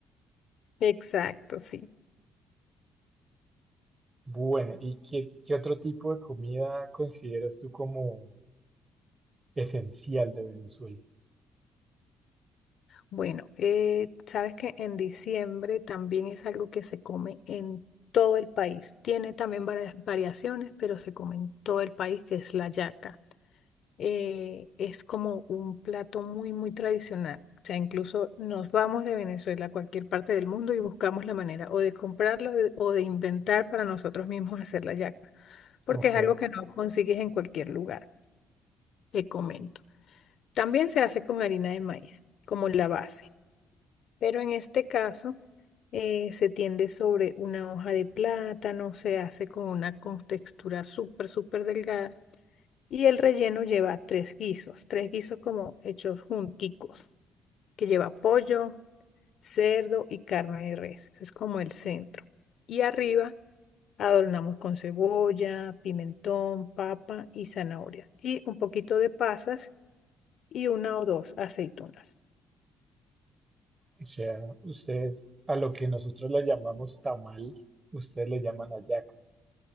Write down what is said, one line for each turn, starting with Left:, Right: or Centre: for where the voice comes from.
Left: Exacto, sí.
Right: Bueno, ¿y qué, qué otro tipo de comida consideras tú como esencial de Venezuela?
Left: Bueno, eh, sabes que en diciembre también es algo que se come en todo el país. Tiene también varias variaciones, pero se come en todo el país, que es la yaca. Eh, es como un plato muy, muy tradicional. O sea, incluso nos vamos de Venezuela a cualquier parte del mundo y buscamos la manera o de comprarlo de- o de inventar para nosotros mismos <laughs> hacer la yaca, porque
Right: Ok,
Left: es algo que no consigues en cualquier lugar, te comento. También se hace con harina de maíz, como la base. Pero en este caso eh, se tiende sobre una hoja de plátano, se hace con una contextura súper, súper delgada y el relleno lleva tres guisos, tres guisos como hechos junticos, que lleva pollo, cerdo y carne de res. Ese es como el centro. Y arriba adornamos con cebolla, pimentón, papa y zanahoria y un poquito de pasas y una o dos aceitunas.
Right: o sea, ustedes a lo que nosotros le llamamos tamal, ustedes le llaman hallaca,